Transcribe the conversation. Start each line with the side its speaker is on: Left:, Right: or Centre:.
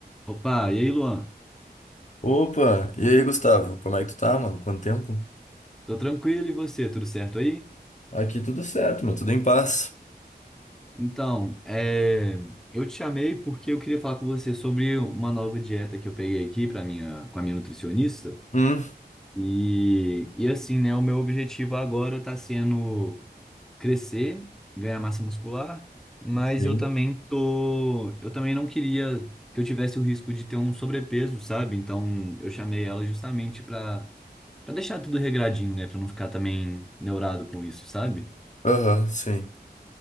Centre: Opa, e aí, Luan?
Left: Opa! E aí, Gustavo? Como é que tu tá, mano? Quanto tempo?
Centre: Tô tranquilo e você, tudo certo aí?
Left: Aqui tudo certo, meu. Tudo em paz.
Centre: Então, é, eu te chamei porque eu queria falar com você sobre uma nova dieta que eu peguei aqui para minha, com a minha nutricionista.
Left: Hum,
Centre: E, e assim, né, o meu objetivo agora tá sendo crescer, ganhar massa muscular, mas
Left: sim.
Centre: eu também tô, eu também não queria que eu tivesse o risco de ter um sobrepeso, sabe? Então, eu chamei ela justamente para para deixar tudo regradinho, né, para não ficar também neurado com isso, sabe?
Left: Aham, sim.